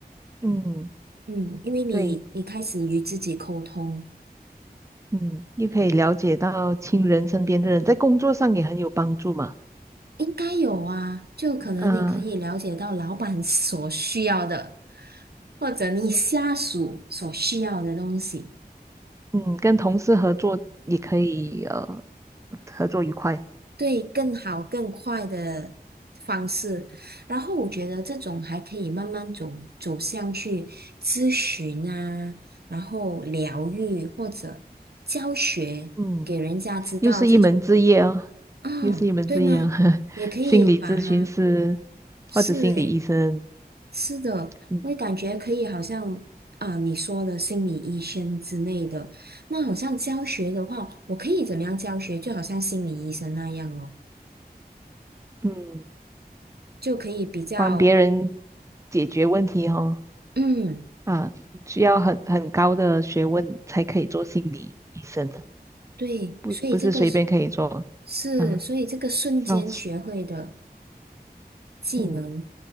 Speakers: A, on the right; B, on the right.
A: 嗯，
B: 嗯，因为你你开始与自己沟通，
A: 对，嗯，又可以了解到亲人身边的人，在工作上也很有帮助嘛。
B: 应该有啊，就可能你可以了解到老板
A: 嗯、
B: <laughs> 所需要的，或者你下属所需要的东西。
A: 嗯，跟同事合作也可以呃合作愉快。
B: 对更好更快的方式，然后我觉得这种还可以慢慢走走向去咨询啊，然后疗愈或者教学，
A: 嗯。
B: 给人家知道这种
A: 又是一门职业哦，
B: 哦，
A: 又是一门职业哦。
B: 对吗？
A: <laughs>
B: 也可以把它
A: 心理咨询师
B: 是诶，
A: 或者心理医生，
B: 是的，
A: 嗯
B: 我也感觉可以，好像啊你说的心理医生之类的，那好像教学的话，我可以怎么样教学？就好像心理医生那样哦。
A: 嗯，
B: 就可以比较
A: 帮别人解决问题哦，
B: 嗯，
A: 啊，需要很很高的学问才可以做心理医生的，
B: 对，
A: 不不是随便可以做
B: 所以这个是，是所以这个瞬间学会的
A: 啊。要是
B: 技能，
A: 嗯，